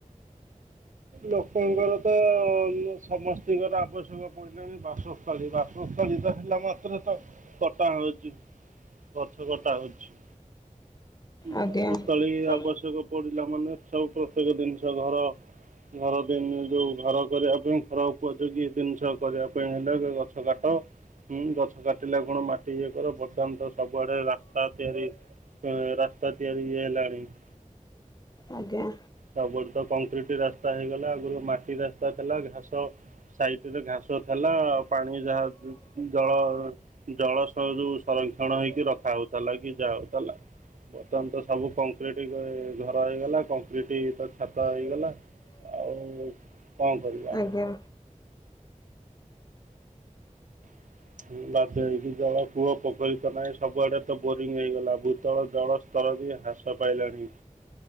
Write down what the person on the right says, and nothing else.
ଲୋକଙ୍କର ତ ସମସ୍ତ ଙ୍କର ଆବଶ୍ୟକ ପ ବାସସ୍ଥଳୀ ବାସସ୍ଥଳୀ ତ ହେଲା ମାତ୍ରେ ତ କଟା ହଉଛି। ଗଛକଟା ହଉଛି।
ବାସସ୍ଥଳୀ
ଆବଶ୍ୟକ ପଡିଲା ମାନେ ସବୁ ପ୍ରତ୍ୟେକ ଜିନିଷ ଘର ଘର ଦିନ ଯେଉଁ ଘର କରିବା ପାଇଁ ଖର ଉପଯୋଗୀ ଜିନିଷ କରିବା ପାଇଁ ହେଲେ ଗଛ କାଟ। ହୁଁ ଗଛ କାଟିଲା କଣ ମାଟି ଇଏ କର, ବର୍ତ୍ତମାନ ତ ସବୁଆଡେ ରାସ୍ତା ତିଆରି ଉଁ ରାସ୍ତା ତିଆରି ଇଏ ହେଲାଣିଁ। <inaudible>
ସବୁଟୁ ତ କଂକ୍ରିଟ ରାସ୍ତା ହେଇଗଲା ଆଗରୁ ମାଟି ରାସ୍ତା ଥିଲା ଘାସ ସାଇଟରେ ଘାସ ଥିଲା ପାଣି ଯାହା <unintelligible> ଜଳ ଜଳ ସ୍ତରରୁ ସଂରକ୍ଷଣ ହେଇକି ରଖା ହଉଥିଲା କି ଯାହା ହଉଥିଲା। ବର୍ତ୍ତମାନ ତ ସବୁ କଂକ୍ରିଟ ଗ ଘର ହେଇଗଲା କଂକ୍ରିଟ ତ ଛାତ ହେଇଗଲା। ଆଉ କଣ କରିବା?
<inaudible> ବାଧ୍ୟ ହେଇକି ଜଳ କୁଅ ପୋଖରୀ ତ ନଇ, ସବୁଆଡେ ତ ବୋରିଙ୍ଗ ହେଇଗଲା। ଭୂତଳ ଜଳ ସ୍ତର ବି ହ୍ରାସ ପାଇଲାଣି।